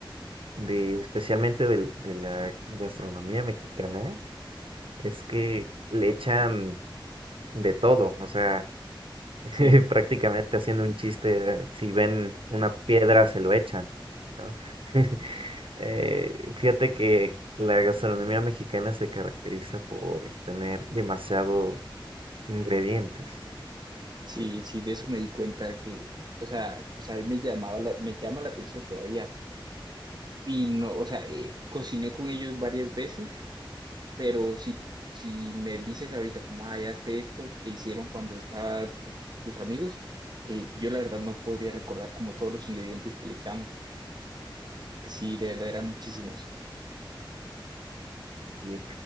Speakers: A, on the right; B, on the right.
A: de, especialmente del- de, la gastronomía mexicana, es que le echan de todo. O sea, <laughs>
B: Sí,
A: prácticamente haciendo un chiste, si ven una piedra, se lo echan, ¿no? <laughs> Eh, fíjate que la gastronomía mexicana se caracteriza por tener demasiados ingredientes.
B: sí, sí, de eso me di cuenta que, o sea, pues a mí me llamaba la- me llama la atención todavía. Y no, o sea, eh, cociné con ellos varias veces, pero si, si me dices ahorita como, ah, ya hazte esto que hicieron cuando estaban eh, tus amigos, eh, yo la verdad no podría recordar como todos los ingredientes que le echamos, que sí, de verdad eran muchísimos.
A: y